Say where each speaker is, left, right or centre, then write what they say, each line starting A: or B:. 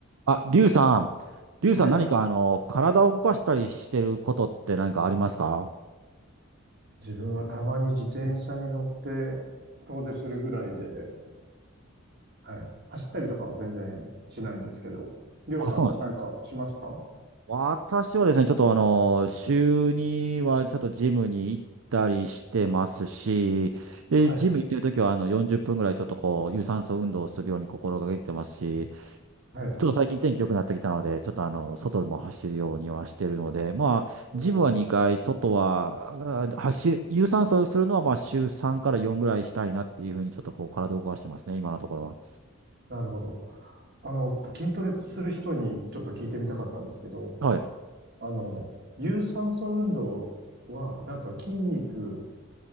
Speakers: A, on the right; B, on the right.
A: あ、リュウさん。リュウさん何かあの、
B: はい。
A: 体を動かしたりしてることって何かありますか
B: 自分はたまに自転車に乗って遠出するぐらいで、はい。走ったりとかは全然しないんですけど、りょうさん、
A: あ、そうなんですね。
B: なんかしますか
A: 私はですね、ちょっとあの、週にはちょっとジムに行ったりしてますし、で、
B: はい。
A: ジム行ってるときはあの、40分ぐらいちょっとこう、有酸素運動をするように心がけてますし、
B: はい。
A: ちょっと最近天気良くなってきたので、ちょっとあの、外でも走るようにはしてるので、まあ、
B: おー
A: ジムは2回、外は、あー走る、有酸素をするのは、まあ、週3から4ぐらいしたいなっていうふうに、ちょっとこう、体を動かしてますね、今のところは。
B: なるほど。あの、筋トレする人にちょっと聞いてみたかったんですけど、
A: はい。
B: あの、有酸素運動は、なんか筋肉